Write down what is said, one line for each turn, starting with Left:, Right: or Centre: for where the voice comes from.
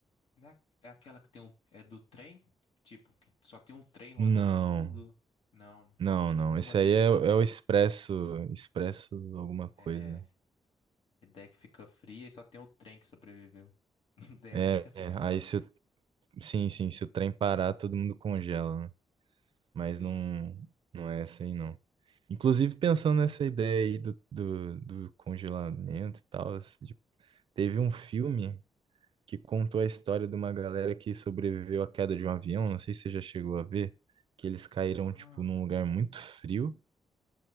Left: né? É aquela que tem um. É do trem? Tipo, que só tem um trem rodando
Right: Não,
Left: no mundo? Não, né?
Right: não, não.
Left: Tem uma
Right: Esse
Left: dessa
Right: aí é,
Left: também.
Right: o- é o Expresso, Expresso alguma coisa.
Left: É. A ideia é que fica fria e só tem o trem que sobreviveu. <laughs> É
Right: É,
Left: muita ficção.
Right: é, aí
Left: né?
Right: se o, sim, sim, se o trem parar, todo mundo congela, né? Mas
Left: Sim.
Right: não, não é essa aí não. Inclusive, pensando nessa ideia aí do, do, do congelamento e tal, assim, tipo, teve um filme que contou a história de uma galera que sobreviveu à queda de um avião, não sei se você já chegou a ver, que eles caíram,
Left: Ah,
Right: tipo, num lugar muito frio